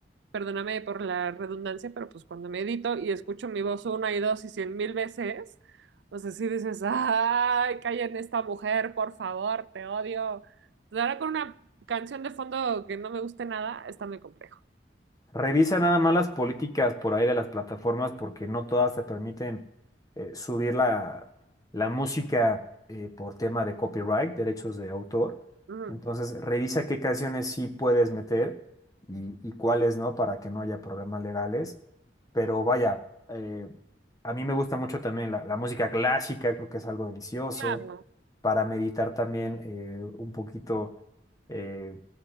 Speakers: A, on the right; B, on the left.
A: perdóname por la redundancia, pero pues cuando me edito y escucho mi voz una y dos y cien mil veces, o sea, sí dices, ay, calla esta mujer, por favor, te odio. Entonces, ahora con una canción de fondo que no me guste nada, está muy complejo.
B: Revisa nada más las políticas por ahí de las plataformas porque no todas te permiten eh, subir la, la música eh, por tema de copyright, derechos de autor.
A: Ujú.
B: Entonces, revisa qué canciones sí puedes meter y, y cuáles no para que no haya problemas legales. Pero vaya, eh, a mí me gusta mucho también la, la música clásica, creo que es algo delicioso
A: Claro.
B: para meditar también eh, un poquito. eh,